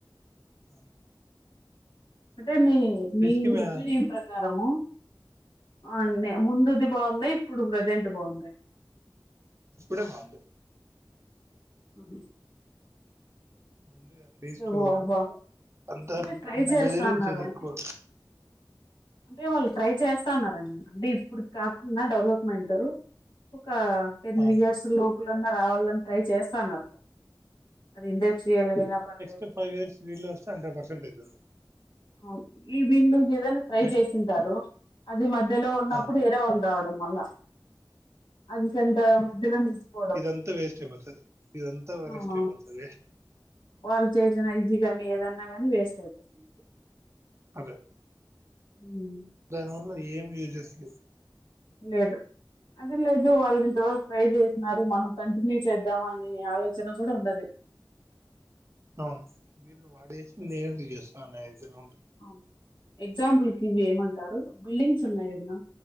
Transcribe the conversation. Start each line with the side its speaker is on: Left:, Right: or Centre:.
Right: అ
Left: అంటే మీ మీ
Right: కి మే
Left: ఒపీనియన్ ప్రకారము. అన్నే ముందుది బా ఇప్పుడు ప్రజెంట్ బాగుందా
Right: ఇప్పుడే బావుంది.
Left: అహు
Right: అంటే అట్లీస్ట్
Left: బా బా-
Right: అంత
Left: అంటే ట్రై చేస్తాన్నారు
Right: బెదిరించేది
Left: అంటే
Right: ఎక్కువ.
Left: అంటే వాళ్ళు ట్రై చేస్తా అన్నారండి. అంటే ఇప్పుడుకి కాకుండా డెవలప్మెంటు హా టెన్
Right: అవును
Left: ఇయర్స్ లో ఎలన్నా రావాలని ట్రై చేస్థాన్నారు. అది ఇండస్ట్రియల్ అయినా పర్
Right: తు ఫైవ్ ఇయర్స్ వీళ్ళే వస్తే హండ్రడ్ పర్సెట్ టైతుంది
Left: అవును ఈ విందు కేదైన ట్రై
Right: నెక్స్ట్
Left: చేసుంటారు ది మధ్యలో ఉన్నప్పుడు
Right: అవును
Left: వేరే వాళ్ళు రావడం. మళ్ళా అది సంత మధ్యలో నిలిచిపోవడం
Right: ఇదంతా వేస్ట్ అయిపోతది ఇదంతా వేస్ట్
Left: అవునవును
Right: అయిపోతది వేస్ట్
Left: వాళ్ళు చేసిన ఇది కానీ ఏద న్నా గాని వేస్ట్ అయిపోతుంది
Right: అదే
Left: ఉమ్మ్
Right: దాని వల్ల ఏం యూజెస్ లు
Left: లేదు అది మేబి వాళ్ళు దో ట్రై జేసిన మరి మనం కంటిన్యూ చేద్దాం అని ఆలోచన కూడా ఉండదు
Right: అవును వీళ్ళు వాడేసి నేనుందుకు చేస్తా <unintelligible>
Left: ఔను ఎగ్జాంపుల్ కి ఇవి ఏమంటారు బిల్డింగ్స్ ఉన్నాయి కద నా